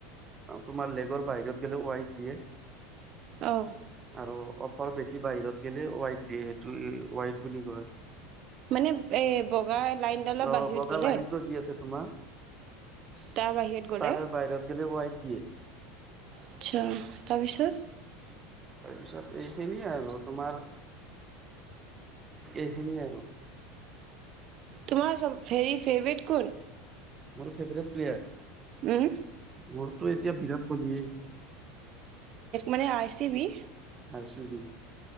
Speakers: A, on the right; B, on the right.
A: তোমাৰ লেগৰ বাহিৰত গেলে ৱাইট দিয়ে
B: অ',
A: আৰু অফৰ বেছি বাহিৰত গেলে ৱাইট দিয়ে সেইটো ৱাইড বুলি কয়।
B: মানে এ বগা লাইনডালৰ
A: অ
B: বাহিৰত
A: বগা
B: গ'লে
A: লাইন টো যি আছে তোমাৰ,
B: তাৰ বাহিৰত গ'লে
A: তাৰে বাহিৰত গ'লে হোৱাইট দিয়ে
B: আচ্ছা। তাৰপিছত,
A: তাৰপিছত এই খিনিয়ে আৰু। তোমাৰ এইখিনিয়ে আৰু
B: তোমাৰ চব ফেৰি ফেভেট কোন?
A: মোৰ ফেভৰেট প্লেয়াৰ।
B: উম,
A: মোৰটো তি বিৰাট কহলি
B: মানে R C B
A: R C B